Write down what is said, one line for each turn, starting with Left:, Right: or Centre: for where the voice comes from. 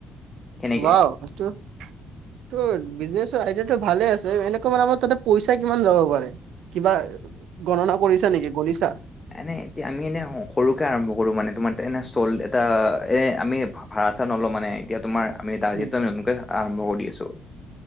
Left: সেনেকে
Right: ওৱাউ এটো তো বিজনেছৰ আইডিয়াটো ভালে আছে এনেকুৱা মানে আমাৰ তাতে পইচা কিমান যাব পাৰে কিবা গণনা কৰিছা নিকি গনিছা
Left: এনে এতিয়া আমি এনে সৰুকে আৰম্ভ কৰো মানে তোমাৰ এনে চল এটা এ আমি ভাড়া চাড়া নলও মানে এতিয়া তোমাৰ আমি টাৰগেটতো
Right: উম
Left: আমি সোনকালে আৰম্ভ কৰি আছো